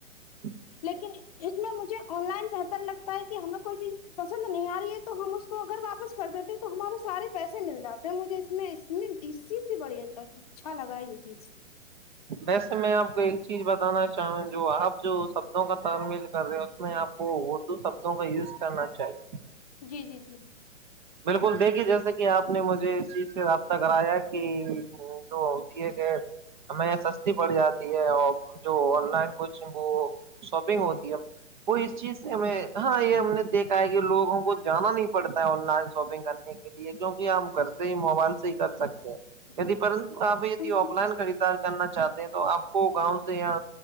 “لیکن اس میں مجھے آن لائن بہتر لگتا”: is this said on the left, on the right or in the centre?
Left